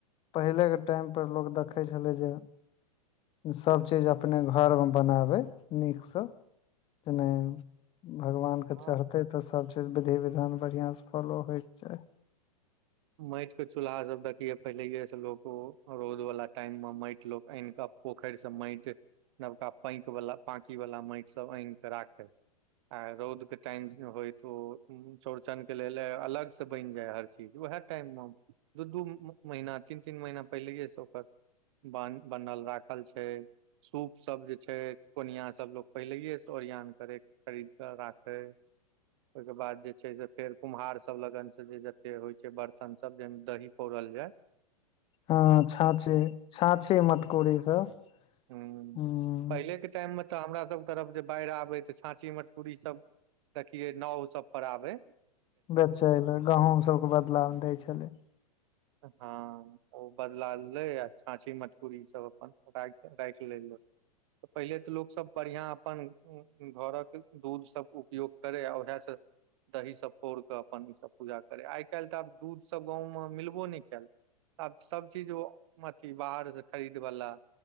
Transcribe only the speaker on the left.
पहिले केँ टाइमपर लोक देखैत छलै जे सभचीज अपने घर मे बनाबै नीकसँ तेनय भगवान के
चढ़तै तऽ सभचीज विधि विधान बढ़िआँसँ फॉलो होइके चाही
हँ छाछी छाछी मटकोरी सब
हूँ
बेचय लए गहूम सभके बदला मे दै छलै